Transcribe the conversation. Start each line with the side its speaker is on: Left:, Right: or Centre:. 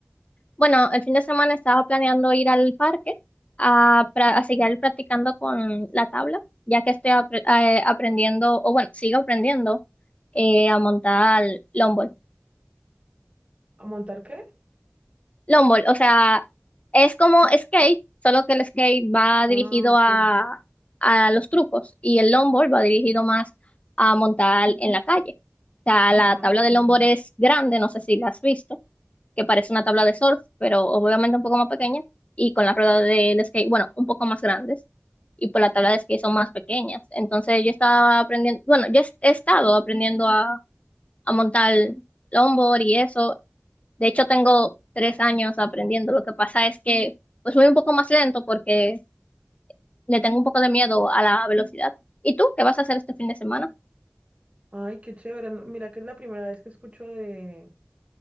Left: Bueno, el fin de semana estaba planeando ir al parque a, pra- a seguir practicando con la tabla, ya que estoy apre- eh, aprendiendo, o bueno, sigo aprendiendo eh, a montar longboard.
Right: ¿A montar qué?
Left: Longboard, o sea, es como skate, solo que el skate va
Right: Ah,
Left: dirigido
Right: ok.
Left: a, a los trucos y el longboard va dirigido más a montar en la calle. O sea, la
Right: Ah,
Left: tabla
Right: ok.
Left: de longboard es grande, no sé si la has visto que parece una tabla de surf, pero obviamente un poco más pequeña, y con las ruedas del skate, bueno, un poco más grandes, y pues las tablas de skate son más pequeñas. Entonces yo estaba aprendiendo, bueno, yo he he estado aprendiendo a, a montar longboard y eso. De hecho, tengo tres años aprendiendo. Lo que pasa es que pues voy un poco más lento porque le tengo un poco de miedo a la velocidad. ¿Y tú qué vas a hacer este fin de semana?
Right: Ay, qué chévere. no, Mira que es la primera vez que escucho de,